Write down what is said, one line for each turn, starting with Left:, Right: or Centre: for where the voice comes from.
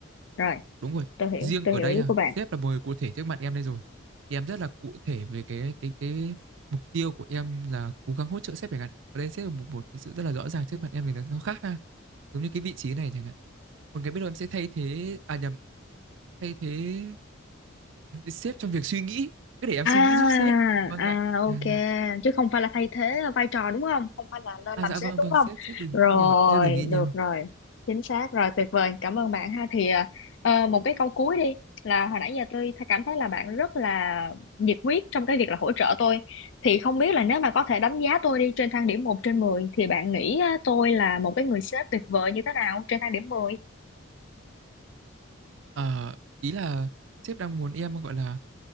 Left: Rồi,
Right: Đúng rồi,
Left: tôi hiểu,
Right: riêng
Left: tôi
Right: ở
Left: hiểu
Right: đây
Left: ý
Right: ha,
Left: của bạn.
Right: sếp là một người cụ thể trước mặt em đây rồi. Thì em rất là cụ thể về cái cái cái mục tiêu của em là cố gắng hỗ trợ sếp chẳng hạn. Ở đây sếp là một, một cái sự rất là rõ ràng trước mặt em thì nó nó khác ha. Giống như cái vị trí này chẳng hạn. Còn cái biết đâu em sẽ thay thế à nhầm, thay thế sếp trong việc suy nghĩ, cứ để em
Left: À,
Right: suy nghĩ giúp sếp. Vâng
Left: à
Right: ạ.
Left: ok,
Right: À dạ.
Left: chứ không phải là thay thế vai trò đúng không? Không phải là lên
Right: À
Left: làm
Right: dạ
Left: sếp
Right: vâng
Left: đúng
Right: vâng
Left: không?
Right: sếp sếp đừng
Left: Rồi,
Right: nghĩ nhiều, sếp đừng nghĩ nhiều.
Left: được rồi. Chính xác rồi, tuyệt vời. Cảm ơn bạn ha. Thì ờ, một cái câu cuối đi là hồi nãy giờ tôi thấy- cảm thấy là bạn rất là nhiệt huyết trong cái việc là hỗ trợ tôi. Thì không biết là nếu mà có thể đánh giá tôi đi trên thang điểm một trên mười thì bạn nghĩ á, tôi là một cái người sếp tuyệt vời như thế nào trên thang điểm 10?
Right: Ờ ý là sếp đang muốn em gọi là